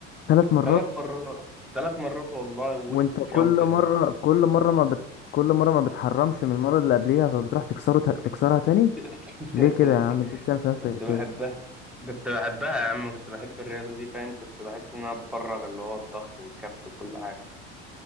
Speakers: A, on the left; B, in the centre.
A: ثلاث مرات
B: ثلاث مرات ثلاث مرات والله ووشي
A: وانت
B: اتشوه
A: كل مرة كل مرة ما بت... كل مرة ما بتحرمش من المرة اللي قبلها فبتروح تكسره ت... تكسرها تاني
B: <laughs>
A: ليه كده يا عم ليه بتعمل في نفسك
B: كنت بحبها
A: كده
B: كنت بحبها يا عم كنت بحب الرياضة دي فاهم كنت بحس إن أنا بفرغ اللي هو الضغط والكبت وكل حاجة